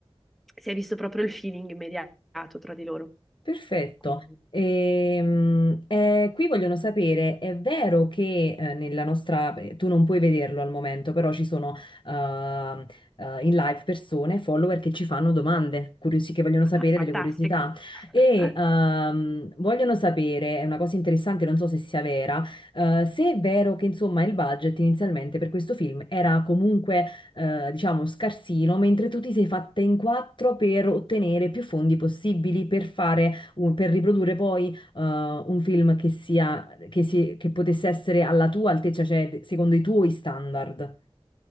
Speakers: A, in the centre; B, on the left.
A: si è visto proprio il feeling immediato tra di loro.
B: Perfetto.
A: Quindi,
B: Ehm, eh, qui vogliono sapere, è vero che eh, nella nostra, beh, tu non puoi vederlo al momento, però ci sono ehm, eh, in live persone, follower che ci fanno domande, curiosi, che vogliono sapere
A: ah, fantastico.
B: delle curiosità
A: <laughs>
B: e ehm, vogliono sapere, è una cosa interessante, non so se sia vera, eh, se è vero che insomma il budget inizialmente per questo film era comunque eh, diciamo scarsino, mentre tu ti sei fatta in quattro per ottenere più fondi possibili per fare un- per riprodurre poi eh, un film che sia, che, si- che potesse essere alla tua altezza, cioè secondo i tuoi standard.